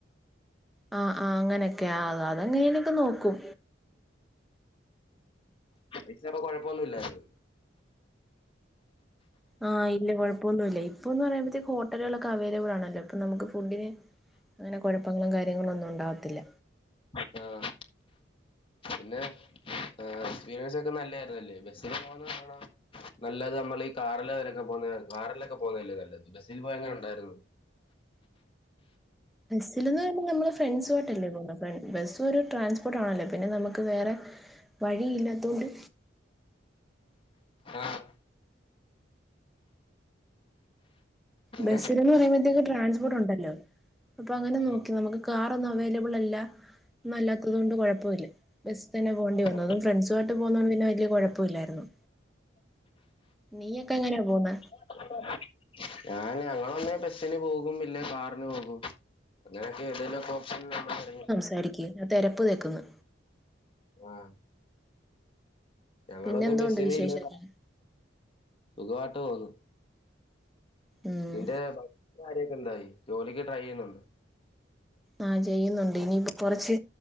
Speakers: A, in the centre; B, on the left (about 30°).
A: ആഹ് ആഹ് അങ്ങനെയൊക്ക അത അതെങ്ങനെലോക്കെ നോക്കും.
B: ഇച്ചപ്പോ കൊഴപ്പൊന്നുല്ലായിരുന്നു.
A: ആഹ് ഇല്ല കൊഴപ്പോന്നുല്ല ഇപ്പൊന്ന് പറയുമ്പത്തേക്ക് ഹോട്ടലുകളൊക്കെ അവൈലബിൾ ആണല്ലോ ഇപ്പൊ നമുക്ക് ഫുഡിന് അങ്ങനെ കൊഴപ്പങ്ങളും കാര്യങ്ങളും ഒന്നും ഉണ്ടാവത്തില്ല.
B: ആഹ്. പിന്നെ ഏഹ് എക്സ്പീരിയൻസ് ഒക്കെ നല്ലെ ആയിരുന്നല്ലേ ബസ്സിന് പോന്നെ ആണോ നല്ലത് നമ്മള് ഈ കാറില് വരെ ഒക്കെ പോന്നെ കാറിലൊക്കെ പോന്നല്ലേ നല്ലത് ബസ്സിൽ പോയെ എങ്ങനെ ഒണ്ടായിരുന്നു?
A: ബസ്സില്ന്ന് പറയുമ്പ നമ്മള് ഫ്രണ്ട്സുമായിട്ടല്ലേ പോക ബസ് ഒരു ട്രാൻസ്പോർട്ട് ആണല്ലേ പിന്നെ നമുക്ക് വേറെ വഴി ഇല്ലാത്തോണ്ട്.
B: ആഹ്. പിന്നെ
A: ബസ്സില്ന്ന് പറയുമ്പത്തേക്ക് ട്രാൻസ്പോർട്ട് ഒണ്ടല്ലോ. അപ്പൊ അങ്ങനെ
B: ഉം
A: നോക്കി നമുക്ക് കാറൊന്നും അവൈലബിൾ അല്ല ഒന്നും അല്ലാത്തത് കൊണ്ട് കൊഴപ്പോ ഇല്ല. ബസ് തന്നെ പോകേണ്ടി വന്നു
B: ആഹ്
A: അതും ഫ്രണ്ട്സും ആയിട്ട് പോന്നോണ്ട് പിന്നെ വലിയ കൊഴപ്പോ ഇല്ലായിരുന്നു. നീയോക്കെ എങ്ങന പോന്നേ?
B: <unintelligible> ഞാന് ഞങ്ങളൊ ന്നെ ബസ്സിന് പോകും ഇല്ലെ കാറിന് പോകും അങ്ങനെയൊക്കെ ഏതെലൊക്കെ ഓപ്ഷൻ നമ്മള് <unintelligible>
A: സാരിക്കേ ഞാ തെരപ്പ് തേക്കുന്ന്.
B: ആഹ്. ഞങ്ങളൊന്നും
A: പിന്നെ എന്തോണ്ട്
B: ബസ്സിന്
A: വിശേഷങ്ങൾ
B: ഇല്ല സുഖമായിട്ട് പോണ്
A: ഉം
B: നിന്റെ ബാക്കി കാര്യൊക്കെ എന്തായി ജോലിക്ക് ട്രൈ ചെയ്യുന്നുണ്ടൊ
A: ആഹ് ചെയ്യുന്നുണ്ട് ഇനിപ്പോ കുറച്ച്